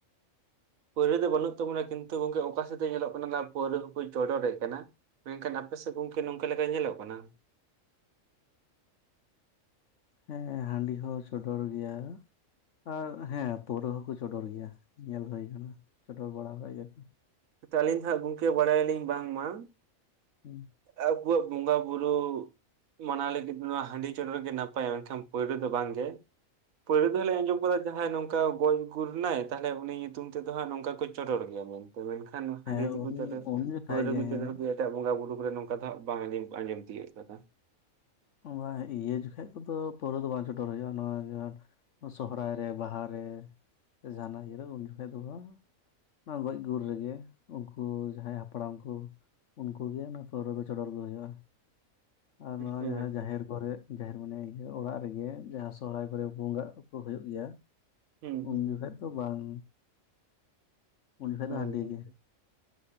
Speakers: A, on the right (about 80°); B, on the left (about 65°).
A: ᱯᱟᱹᱣᱨᱟᱹ ᱫᱚ ᱵᱟᱹᱱᱩᱜ ᱛᱟᱵᱚᱱᱟ ᱠᱤᱱᱛᱩ ᱜᱚᱝᱠᱮ ᱚᱠᱟ ᱥᱮᱫ ᱫᱚ ᱧᱮᱞᱚᱜ ᱠᱟᱱᱟ ᱚᱱᱟ ᱯᱟᱹᱣᱨᱟᱹ ᱦᱚᱸᱠᱚ ᱪᱚᱰᱚᱨᱮᱜ ᱠᱟᱱᱟ᱾ ᱢᱮᱱᱠᱷᱟᱱ ᱟᱯᱮ ᱥᱮᱜ ᱜᱚᱝᱠᱮ ᱱᱚᱝᱠᱟ ᱞᱮᱠᱟ ᱧᱮᱞᱚᱜ ᱠᱟᱱᱟ?
B: ᱦᱮᱸ ᱦᱟᱺᱰᱤ ᱦᱚᱸ ᱪᱚᱰᱚᱨ ᱜᱮᱭᱟ᱾ ᱟᱨ ᱦᱮᱸ ᱯᱟᱹᱣᱨᱟᱹ ᱦᱚᱸᱠᱚ ᱪᱚᱰᱚᱨ ᱜᱮᱭᱟ ᱧᱮᱞ ᱦᱩᱭ ᱠᱟᱱᱟ ᱪᱚᱰᱚᱨ ᱵᱟᱲᱟ ᱟᱠᱟᱫ ᱜᱮᱭᱟ ᱠᱚ᱾
A: ᱮᱛᱮ ᱟᱹᱞᱤᱧ ᱫᱚ ᱦᱟᱸᱜ ᱜᱚᱝᱠᱮ ᱵᱟᱲᱟᱭᱟᱞᱤᱧ ᱵᱟᱝᱢᱟ
B: ᱦᱩᱸ᱾
A: ᱟᱵᱩᱣᱟᱜ ᱵᱚᱸᱜᱟᱼᱵᱩᱨᱩ᱾ ᱢᱟᱱᱟᱣ ᱞᱟᱹᱜᱤᱫ ᱱᱚᱣᱟ ᱦᱟᱺᱰᱤ ᱪᱚᱰᱚᱨ ᱜᱮ ᱱᱟᱯᱟᱭᱟ ᱢᱮᱱᱠᱷᱟᱱ ᱯᱟᱹᱣᱨᱟᱹ ᱫᱚ ᱵᱟᱝ ᱜᱮ ᱯᱟᱹᱣᱨᱟᱹ ᱫᱚᱞᱮ ᱟᱸᱡᱚᱢ ᱵᱟᱲᱟ ᱡᱟᱦᱟᱸᱭ ᱱᱚᱝᱠᱟ ᱜᱚᱡ ᱜᱩᱨ ᱱᱟᱭ ᱛᱟᱦᱚᱞᱮ ᱩᱱᱤ ᱧᱩᱛᱩᱢ ᱛᱮᱫᱚ ᱦᱟᱸᱜ ᱱᱚᱝᱠᱟ ᱠᱚ ᱪᱚᱰᱚᱨ ᱜᱮᱭᱟ, ᱢᱮᱱ ᱛᱚ ᱢᱮᱱᱠᱷᱟᱱ ᱦᱟᱸᱰᱤ
B: ᱦᱮᱸ
A: ᱫᱩᱠᱩ‌
B: ᱩᱱ
A: ᱪᱚᱰᱚᱨ,
B: ᱩᱱ ᱡᱚᱠᱷᱟᱡ
A: ᱯᱟᱹᱣᱨᱟᱹ
B: ᱜᱮ
A: ᱠᱩ‌
B: ᱦᱮᱸ
A: ᱪᱚᱰᱚᱨ ᱜᱮᱭᱟ᱾ ᱮᱴᱟᱜ ᱵᱚᱸᱜᱟᱼᱵᱩᱨᱩ ᱠᱚᱨᱮ ᱱᱚᱝᱠᱟ ᱫᱚ ᱦᱟᱸᱜ ᱵᱟᱝ ᱟᱸᱡᱚᱢ ᱟᱸᱡᱚᱢ ᱛᱤᱭᱟᱹᱜ ᱠᱟᱫᱟ᱾
B: ᱚᱸ ᱵᱟ ᱤᱭᱟᱹ ᱡᱚᱠᱷᱟᱡ ᱠᱚᱫᱚ ᱯᱟᱹᱣᱨᱟᱹ ᱫᱚ ᱵᱟᱝ ᱪᱚᱰᱚᱨ ᱦᱩᱭᱩᱜᱼᱟ ᱱᱚᱣᱟ ᱡᱟᱦᱟᱸ ᱥᱚᱦᱚᱨᱟᱭ ᱨᱮ ᱵᱟᱦᱟ ᱨᱮ ᱥᱮ ᱡᱟᱦᱟᱸ ᱱᱟᱜ ᱤᱭᱟᱹ ᱨᱮ ᱩᱱ ᱡᱚᱠᱷᱚᱡ ᱫᱚ‌ᱵᱟ᱾ ᱚᱱᱟ ᱜᱚᱡ ᱜᱩᱨ ᱨᱮᱜᱮ ᱩᱱᱠᱩ ᱡᱟᱦᱟᱸᱭ ᱦᱟᱯᱲᱟᱢ ᱠᱩ᱾ ᱩᱱᱠᱩ ᱜᱮ ᱚᱱᱟ ᱯᱟᱹᱣᱨᱟᱹ ᱫᱚ ᱪᱚᱰᱚᱨ ᱜᱮ ᱦᱩᱭᱩᱜᱼᱟ ᱟᱨ
A: ᱦᱮᱸ
B: ᱱᱚᱣᱟ
A: ᱦᱮᱸ
B: ᱡᱟᱦᱟᱸ ᱜᱷᱚᱨᱮ ᱡᱟᱦᱮᱨ ᱢᱟᱱᱮ ᱤᱭᱟᱹ ᱚᱲᱟᱜ ᱨᱮᱜᱮ ᱡᱟᱦᱟᱸ ᱥᱚᱦᱚᱨᱟᱭ ᱠᱚᱨᱮ ᱵᱚᱸᱜᱟᱜ ᱠᱚ ᱦᱚᱭᱚᱜ ᱜᱮᱭᱟ᱾
A: ᱦᱩᱸ ᱦᱩᱸ
B: ᱩᱱ
A: ᱦᱩᱸ
B: ᱡᱚᱠᱷᱟᱡ ᱛᱚ ᱵᱟᱝ᱾ ᱩᱱ
A: ᱤ
B: ᱡᱚᱠᱷᱮᱡ
A: ᱥᱚᱢᱚᱭ
B: ᱫᱚ ᱦᱟᱺᱰᱤ
A: ᱜᱚᱝᱠᱮ᱾
B: ᱜᱮ